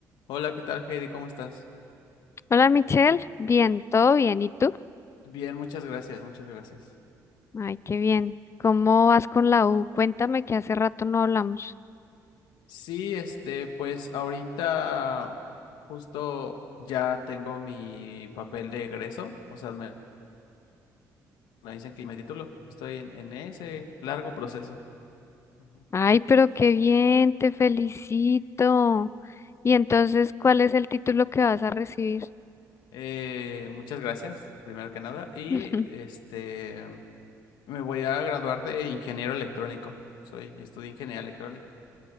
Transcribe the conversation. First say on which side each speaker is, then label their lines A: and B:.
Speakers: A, on the left (about 85°); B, on the left (about 40°).
A: Hola, ¿qué tal, Heidi? ¿Cómo estás?
B: Hola Michelle, bien, todo bien, ¿y tú?
A: Bien, muchas gracias, muchas gracias.
B: Ay, qué bien. ¿Cómo vas con la U? Cuéntame que hace rato no hablamos.
A: Sí, este, pues ahorita justo ya tengo mi papel de egreso, o sea, me, me dicen que me titulo. Estoy en, en ese largo proceso. Ujú.
B: Ay, pero qué bien, te felicito. Y entonces, ¿cuál es el título que vas a recibir?
A: Eh, muchas gracias, primero que nada. Y
B: <laughs>
A: este, me voy a graduar de ingeniero electrónico. Soy, estudié ingeniería electrónica.